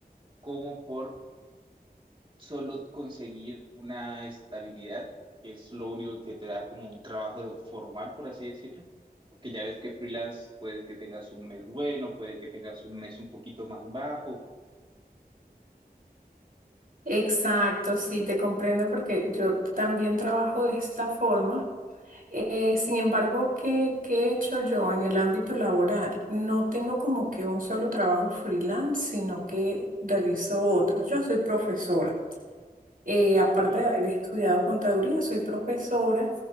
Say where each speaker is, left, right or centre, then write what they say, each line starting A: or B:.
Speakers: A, on the right (about 30°); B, on the right (about 60°).
A: como por solo conseguir una estabilidad, que es lo único que te da como un trabajo formal, por así decirlo, porque ya ves que freelance puede que tengas un mes bueno, puede que tengas un mes un poquito más bajo,
B: exacto, sí, te comprendo porque yo también trabajo de esta forma. Eh, sin embargo, ¿qué, qué he hecho yo en el ámbito laboral? No tengo como que un solo trabajo freelance, sino que realizo otros. Yo soy profesora. Eh,
A: ok,
B: aparte de haber estudiado contaduría, soy profesora